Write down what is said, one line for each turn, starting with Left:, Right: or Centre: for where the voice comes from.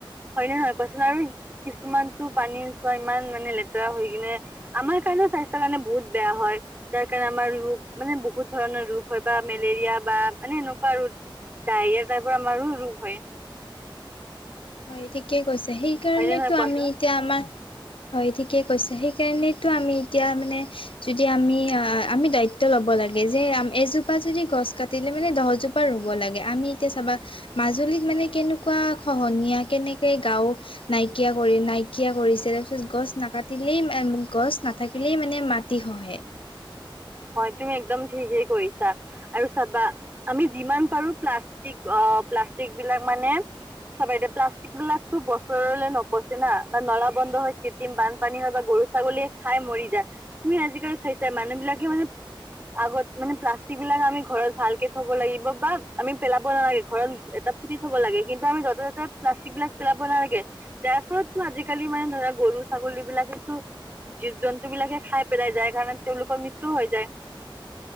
Right: হয় নেহয় কোৱাচোন আৰু কিছুমানতো পানী ইমান মানে লেতেৰা হৈ কিনে আমাৰ কাৰণে স্বাস্থ্যৰ কাৰণে বহুত বেয়া হয়। যাৰ কাৰণে আমাৰ ৰোগ মানে বহুত ধৰণৰ ৰোগ হয় বা মেলেৰিয়া বা মানে এনেকুৱা আৰু ডায়েৰিয়া টাইপৰ আমাৰো ৰোগ হয়।
Left: হয়, ঠিকেই কৈছে সেইকাৰণেতো
Right: হয় নে নহয় কোৱাচোন
Left: আমি এতিয়া আমাৰ হয় ঠিকেই কৈছে। সেইকাৰনেতো আমি এতিয়া মানে যদি আমি আমি দায়িত্ব লব ৰুব লাগে যে আএজোপা যদি গছ কাটিলে মানে দহজোপাৰ ৰুব লাগে। আমি এতিয়া চাবা মাজৰ আচৰিত মানে কেনেকুৱা খহনীয়া কেনেকে গাওঁ নাইকিয়া কৰি নাইকিয়া কৰিছে। ত গছ নাকাটিলেই গছ নাথাকিলেই মানে মাটি খহে।
Right: হয় তুমি একদম ঠিকে কৰিছা আৰু চাবা আমি যিমান পাৰো প্লাষ্টিক আহ প্লাষ্টিকবিলাক মানে চবে প্লাষ্টিক বিলাকতো বছৰলৈ নপচি না বা নলা বন্ধ বন্ধ হৈ কৃত্ৰিম বানপানী হৈ বা গৰু ছাগলীয়ে খাই মৰি যায়। তুমি আজিকালি চাইছাই মানুহবিলাকে মানে আগত মানে প্লাষ্টিক বিলাক আমি ঘৰত ভালকে থব লাগিব বা আমি পেলাব নালাগে ঘৰত এটা পুতি থ'ব লাগে কিন্তু আমি য'তে ত'তে প্লাষ্টিকবিলাক পেলাব নালাগে। যাৰ ফলতো আজিকালি মানে ধৰা গৰু ছাগলীবিলাকেতো জীৱ জন্তু বিলাকে খাই পেলাই যায় কাৰণে তেওঁলোকৰ মৃত্যু হৈ যায়